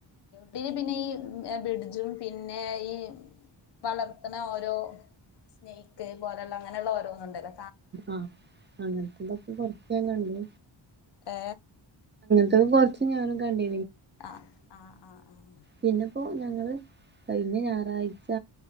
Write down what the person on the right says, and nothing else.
ആഹ് അങ്ങനത്തെനാത്ത് കൊറച്ച് ഞാൻ കണ്ട്.
അത് കുറച്ച് ഞാനും കണ്ടി
പിന്നെപ്പോ ഞങ്ങള് കഴഞ്ഞ ഞായറാഴ്ച